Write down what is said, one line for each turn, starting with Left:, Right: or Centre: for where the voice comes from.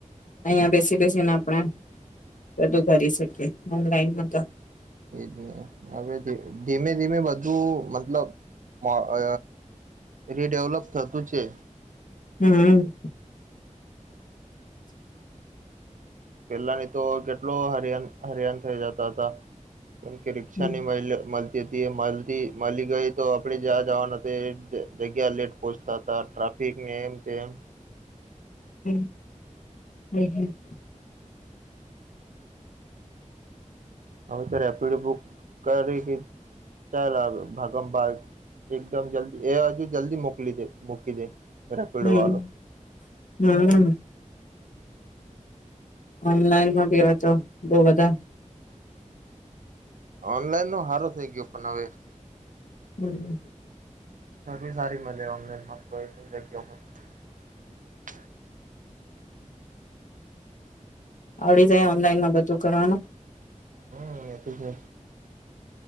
Left: અહિયાં બેસી બેસીને આપણે બધું કરી શકીએ ઓનલાઈનમાં તો
Right: એ જ ને હવે ધી ધીમે ધીમે બધું બધું મતલબ માં અ રીડેવલપ થતું છે.
Left: હમ.
Right: પેલાની તો કેટલો હરિયાન હરિયાન થઈ જતા તા. કેમ કે રિક્ષા
Left: હમ
Right: ની મઈલુ મલ તી હતી. મલતી મળી ગઈ તો આપણેે જ્યાં જવાનું તે જગ્યા લેટ પહોચતા હતા ટ્રાફિકને એમ તેમ
Left: હમ હ.
Right: હવે તો રેપિડો બુક કરી કે ચાલ આવે ભાગમ ભાગ એકદમ જલ્દી એ હજુ જલ્દી મોકલી દે મૂકી દે. રેપિડો
Left: હમ
Right: વાળો
Left: હમ. ઓનલાઈનમાં ભી હવે તો બો બધા
Right: ઓનલાઈન નો હારો થઈ ગયો પણ હવે
Left: હમ
Right: સર્વીસ હારી મલે ઓનલાઈન <unintelligible>
Left: આવડી જાય ઓનલાઈન માં બધું કરવાનું.
Right: હમ એ તો છે.